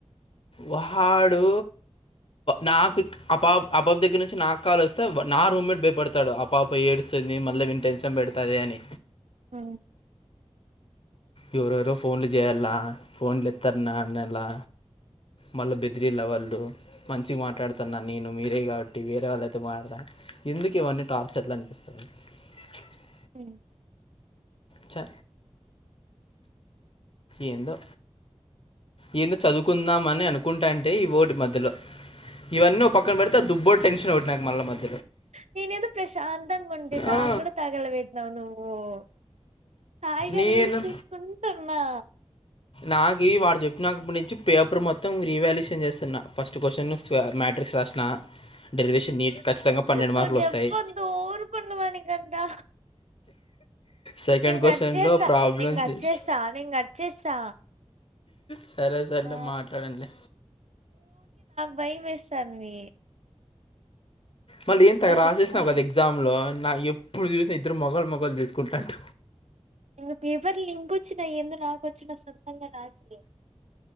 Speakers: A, on the left; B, on the right.
A: వాడు నాకు ఆ పాప ఆ పాాప దగ్గర నుంచి నాకు కాల్ వస్తే నా రూమ్ మీట్ భయపడతాడు ఆ పాప ప ఏడుస్తుంది మళ్ళీ మీన్ టెన్షన్ పెడతాద అని
B: ఆ
A: ఎవరెవరో ఫోన్లు చేయాల ఫోన్లు ఎత్తారున్నా అనలా మళ్ళా బెదిరిల వాళ్ళు మంచిగా మాట్లాడుతున్నాను నేను మీరే కాబట్టి వేరే వాళ్ళైతే మాట్లాడతాను ఎందుకు ఇవన్నీ టార్చర్లు అనిపిస్తాయి <unintelligible>
B: హ
A: చె ఏందో ఈయన చదువుకుందామని అనుకుంటాంటే ఈ ఓటు మధ్యలో ఇవన్న పక్కం బడితే దుబ్బట్ నాకు మళ్ మది
B: నేను ఏదో ప్రశాంతా అంగా ఉంట నా
A: ఆ,
B: కూడాడా తగలబద్ నవ్వు నువ్ హాయిగా
A: నేను
B: రీల్స్ చూసుకుంటున్నా
A: నాకు వాడు చెప్పినప్పటి నుంచి పేపర్ మొత్తం రీవాల్యూషన్ చేస్తున్నా ఫస్ట్ క్వశ్చన్ మ్యట్రిక్స్ రాసిన డెరివేషన్ నీట్ ఖచ్చితంగా పన్నెండు
B: నువ్వు
A: మార్కులు
B: జప్పద్దు
A: వస్తాయి
B: ఊరుకుండు మనికంటా
A: సెకండ్
B: ని
A: క్వశ్చన్లో
B: కట్ చేస్తా
A: ప్రాబ్లం
B: ని క
A: చేస్తా.
B: అట్ేస్తా ని కట్ చేస్తా
A: సరే సరలే
B: ఆ
A: మాట్లాడండి
B: బైమేస్తంది
A: మళ్ళీ ఏం తెగ రాసేసినావ్
B: వచ్చినా
A: కదా
B: నేను
A: ఎగ్జామ్లో నా ఎప్పుడు చూసినా ఇద్దరు మొగలు మొగలు చూసుకుంటాంట
B: ఇంగ పేపర్లు నింపొచ్చిన ఏందో నాకు వచ్చినా సొంతంగ లాస్ట్కి